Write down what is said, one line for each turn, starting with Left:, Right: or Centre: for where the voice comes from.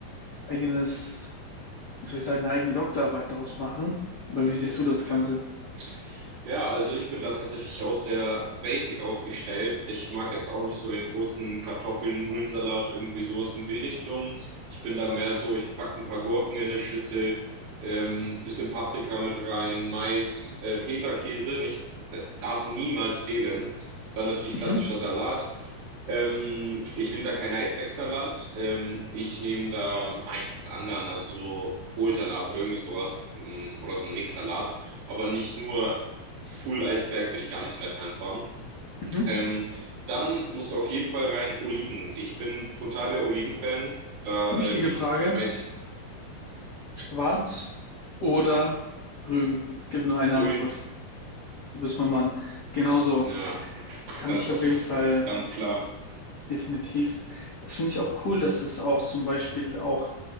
Left: eigenes, wie soll ich sagen, eine eigene Doktorarbeit daraus machen. Aber
Right: <laughs>
Left: wie siehst du das
Right: Ja.
Left: Ganze?
Right: Ja, also ich bin da tatsächlich auch sehr basic aufgestellt. Ich mag jetzt auch nicht so den großen Kartoffelnudelsalat, irgendwie sowas in die Richtung. Ich bin da mehr so, ich packe ein paar Gurken in eine Schüssel, ähm, bisschen Paprika mit rein, Mais, äh, Feta-Käse, nichts, äh, darf niemals fehlen. Dann natürlich
Left: Mhm.
Right: klassischer Salat. Ähm, ich nehme da keinen Eisbergsalat. Ähm, ich nehme da meistens anderen, also so Kohlsalat oder irgendwie sowas, mm, oder so ein Mixsalat aber nicht nur Full Eisberg bin ich gar nicht so der Fan von.
Left: Mhm.
Right: Ähm, dann musst du auf jeden Fall rein Oliven. Ich bin total der Oliven-Fan. Da,
Left: Wichtige
Right: ähm,
Left: Frage.
Right: weiß,
Left: Schwarz oder grün? Es gibt nur eine
Right: grün.
Left: Antwort. Du bist mein Mann. Genauso
Right: Ja,
Left: kann
Right: das
Left: ich auf jeden Fall
Right: ganz klar.
Left: Definitiv. Das finde ich auch cool, dass es auch zum Beispiel auch